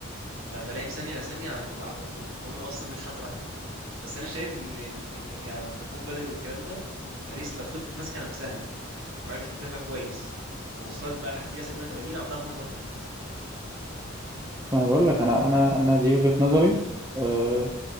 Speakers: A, on the right; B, on the right.
A: ب- بلاقي في ثانيه لثانيه اللي هو عنده الجون هم اصلا مش بتعرف تلعب كده بس انا شايف ان ان كمجهود بدني والكلام ده باريس لو فضلت ماسكه نفسها وعرفت تدافع كويس ووصلت بقى لحد دقيقه 87 عندها فرصه اكبر انها تكسب يعني
B: انا بقول لك انا انا انا دي وجهة نظري آه